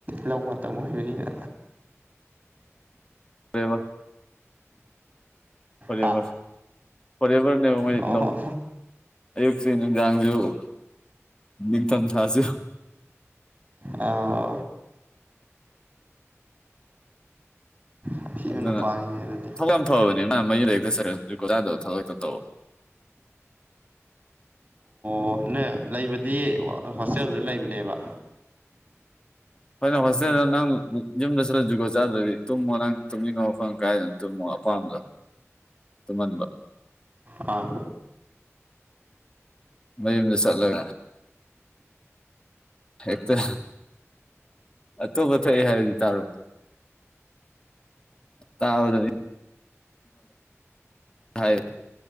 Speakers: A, on the right; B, on the left.
A: ꯂꯧ ꯃꯇꯝ ꯑꯣꯏꯕꯅꯤꯅ
B: ꯇꯕ ꯐꯦꯕꯁ
A: ꯍꯥ
B: ꯐꯔꯦꯕꯔꯅꯦ
A: ꯑꯣ
B: ꯂ ꯑꯌꯁꯤ ꯌꯥꯥꯡ ꯂꯩ ꯅꯤꯡꯊꯝꯊꯥꯁꯨ
A: ꯑ ꯑꯊꯤꯕ
B: ꯑꯗꯨꯅ
A: ꯅꯨꯄꯥꯅꯤꯅꯦ ꯑꯗꯨꯗꯤ
B: ꯊꯧ ꯌꯥꯝ ꯐꯕꯅꯤꯅ ꯅ ꯃꯌ ꯂꯩꯔꯤꯛꯇ ꯆ ꯀꯣ ꯆꯥꯗꯕ ꯊꯕꯛꯇ ꯇꯧꯋꯦ
A: ꯑꯣ ꯅ ꯂꯩꯕꯗꯤ ꯍꯣꯁꯇꯦꯜꯗꯨ ꯂꯩꯕꯅꯦꯕ
B: ꯍꯣꯏ ꯍꯣꯁꯇꯦꯜꯗ ꯅꯪ ꯌꯨꯝꯗ ꯆꯠꯂ ꯖꯨꯒꯣꯠ ꯆꯥꯗ꯭ꯔꯗꯤ ꯇꯨꯝꯃꯣ ꯅꯪ ꯇꯨꯝꯅꯤꯡꯉꯣ ꯃꯐꯝ ꯀꯥꯏꯗꯅ ꯇꯨꯝꯃꯣ ꯑꯄꯥꯝꯕꯗꯣ ꯇꯟꯕ
A: ꯑꯥ
B: ꯃꯌꯨꯝꯗ ꯆꯠꯂꯒꯅꯦ ꯍꯦꯛꯇ ꯑꯇꯣꯞꯄ ꯊꯣꯛ ꯍꯥꯏꯗꯤ ꯇꯥꯔꯣ ꯇꯗ ꯍꯥꯏ